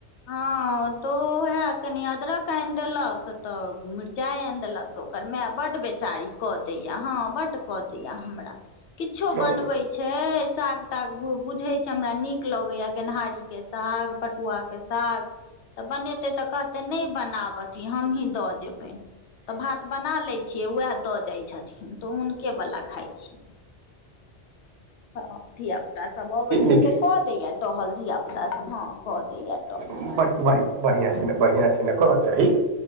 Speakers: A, on the left (about 80°); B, on the right (about 70°).
A: हँ तो ओहे कनी अदरक आनि देलक तऽ मिरचाई आनि देलक तऽ ओकर माय बड बेच बेचारी कऽ दैया हँ बड्ड कऽ दैया हमरा किछो
B: तऽ
A: बनबे छै साग ताग भ बुझे जे हमरा नीक लगैया गेनहारीकेँ साग पटुआकेँ साग तऽ बनेतै तऽ कहतै नहि बनाब अथी हमहीँ दऽ जेबनि तऽ भात बना लैत छियै उएह दऽ जाइत छथिन तऽ हुनकेवला खाइ छियै हँ धिय पुता सभ अबै छै
B: नीके
A: से कऽ दैया टहल धिय पुता सब हँ कऽ दैया
B: ढ़ बढ़िआँ छै ने बढ़िआँ छै ने करऽके चाही